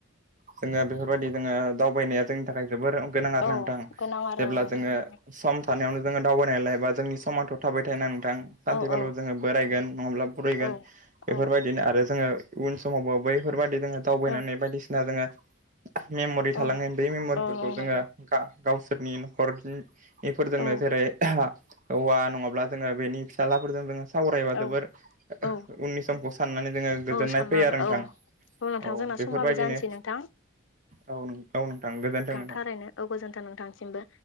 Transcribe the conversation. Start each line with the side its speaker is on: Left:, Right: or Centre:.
Right: जोंङो बेफोरबायदि जोंङो दावबायनाया जोंनि थाखाय जोबोर गोनां आरो
Left: औ
Right: नांथां
Left: गोनां आरो
Right: जेब्ला
Left: नोंथां
Right: जोंङो
Left: थारैनो
Right: सम थानायावनो जोंङो दावबायनानै लायबा जोंनि समाजाव' थाबाय थाय ना नोंथां
Left: औ
Right: ज
Left: औ
Right: बोरायगोन नंङाब्ला बुरैगोन
Left: औ
Right: बेफोरबायदिनो
Left: औ
Right: आरो जोंङो उन समावबो बैफोर बेफोरबाददि जोंङो दावबायनानै
Left: औ
Right: बायदिसिना जोंङो मेमरि थाालांगोन
Left: औ
Right: बे मेमरिफोरखौ
Left: औ औ
Right: जोङो
Left: नंगौ
Right: गा गावसोरनि न'खरनि बेफोरजोंनो
Left: औ
Right: जेरै औवा नङाब्ला जोङो बेनि फिसाज्लाफोरजों जोङो सावरायबा
Left: औ
Right: जोबोर उननि
Left: औ
Right: समखौ साननानै जोङो गोजोननाय
Left: औ साननो
Right: फैयो
Left: हागोन
Right: आरो नोंथां।
Left: औ नोंथां
Right: औ
Left: जोंना
Right: बेफोरबायदिनो
Left: समाबो जानोसै नोंथां
Right: औ औ नोंथां गोजोनथों नोंथां।
Left: थारैनो
Right: <inaudible>
Left: औ गोजोन्थों नोंथांसिमबो